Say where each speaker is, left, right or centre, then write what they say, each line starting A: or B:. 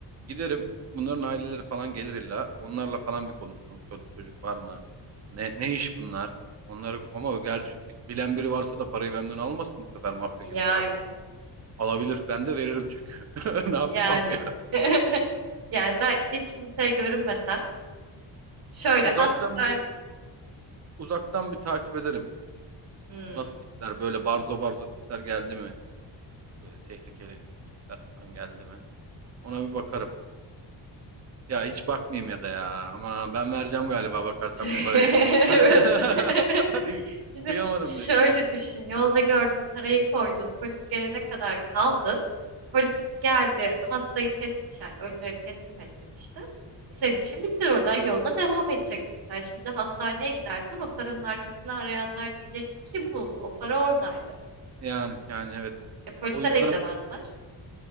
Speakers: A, on the right (about 35°); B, on the right (about 50°).
A: Giderim. Bunların aileleri falan gelir illa. Onlarla falan bir konuşurum. Çoluk çocuk var mı? Ne ne iş bunlar? Onları ama gerçi bi- bilen biri varsa da parayı benden almasın bu sefer mafya
B: Yani,
A: gibi bir adam. Alabilir. Ben de veririm çünkü. <laughs> Ne yapayım
B: yani.
A: mafya?
B: <laughs> Yani belki de hiç kimseye görünmesen şöyle
A: Uzaktan
B: hastane...
A: bir uzaktan bir takip ederim.
B: Hmm.
A: Nasıl tipler böyle barzo barzo tipler geldi mi? Böyle tehlikeli tipler falan geldi mi? Ona bir bakarım. Ya hiç bakmayayım ya da ya. Ama ben vereceğim galiba bakarsan
B: <laughs> Evet.
A: bu parayı. <laughs> Ben
B: <laughs>
A: <laughs>
B: Şimdi
A: kıyamadım
B: şöyle
A: da şimdi.
B: düşün. Yolda gördün, parayı koydun. Polis gelene kadar kaldın. Polis geldi, hastayı test, yani ölüleri teslim ettin işte. E, Senin işin bitti. Oradan yoluna devam edeceksin. Sen şimdi de hastaneye gidersin. O paranın arkasını arayanlar diyecek ki kim buldu? O para oradaydı.
A: Yani yani evet.
B: E polise
A: O yüzden
B: de gidemezler.